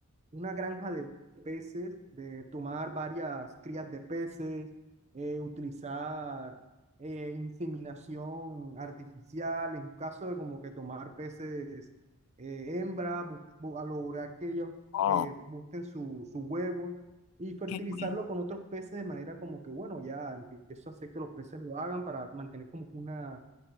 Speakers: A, on the right (about 30°); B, on the left (about 85°).
A: una granja de peces, de tomar varias crías de peces, eh, utilizar eh, inseminación artificial, en caso de como que tomar peces eh, hembra, bu- bu- a lograr que ellos
B: oh,
A: eh, busquen su, su huevo y fertilizarlo
B: qué bueno.
A: con otros peces de manera como que, bueno, ya empiezo a hacer que los peces lo hagan para mantener como que una,